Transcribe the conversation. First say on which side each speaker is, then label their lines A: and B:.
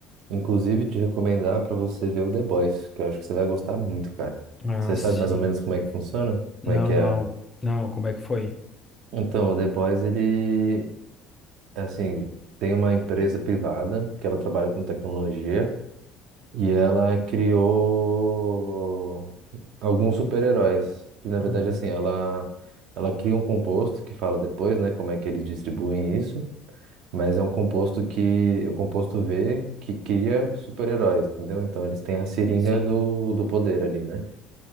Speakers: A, on the right; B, on the left.
A: inclusive, te recomendar para você ver o The Boys, que eu acho que você vai gostar muito, cara.
B: Ah,
A: Você sabe
B: sim.
A: mais ou menos como é que funciona? Como
B: Não,
A: é que
B: não,
A: é?
B: não, como é que foi?
A: Então, o The Boys, ele, assim, tem uma empresa privada que ela trabalha com tecnologia. E ela criou alguns super-heróis, que na
B: Hum,
A: verdade assim, ela ela cria um composto que fala depois, né, como é que eles distribuem isso, mas é um composto que é o composto V que cria super-heróis, entendeu? Então eles têm a seringa
B: Sim,
A: do, do poder ali, né?